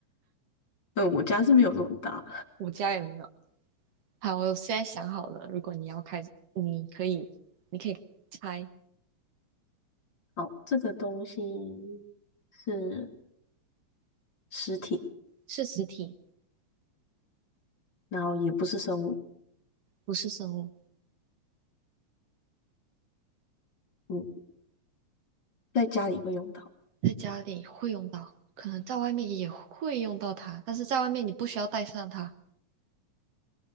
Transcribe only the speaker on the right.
我家也没有。好，我现在想好了，如果你要开，你可以，你可以猜
是实体，
不是生物，
在家里会用到，可能在外面也会用到它，但是在外面你不需要带上它，